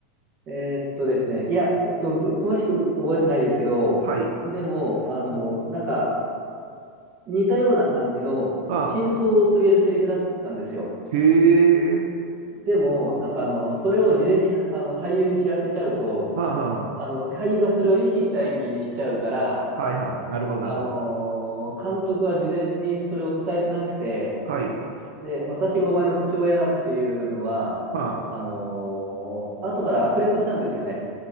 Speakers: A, on the right; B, on the right.
A: うえーっとですね、いや、えっと、ぐ詳しく覚えてないですけど、
B: はい。
A: でも、あの、
B: うん。
A: なんか、似たような感じの真相を告げるセリフだったんですよ。
B: あ、へえ。
A: でも、なんかあの、
B: うん。
A: それを事前にあの俳優に知らせちゃうと、
B: はあ、は
A: あの、俳優がそれを意識した演技にしちゃうから、
B: あ、はいはい。なるほど、
A: あのー監督は事前にそれを伝えてなくて、
B: なるほど。うん。はい。
A: で、私がお前の父親だっていうのは、
B: まあ、
A: あのー後からアフレコしたんですよね。